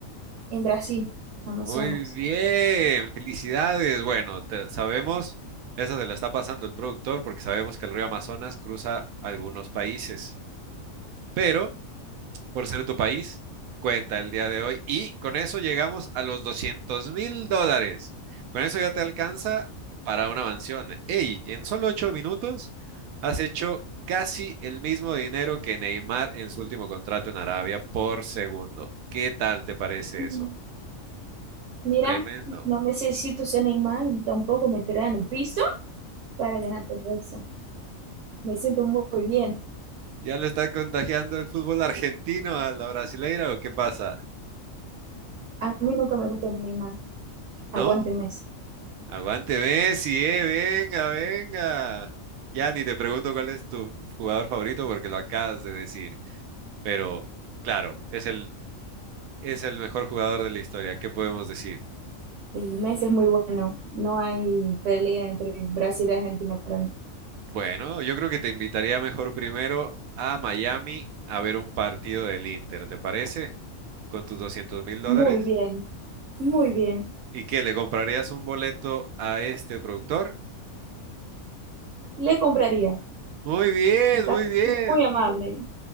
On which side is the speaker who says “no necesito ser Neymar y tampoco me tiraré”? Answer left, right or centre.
Right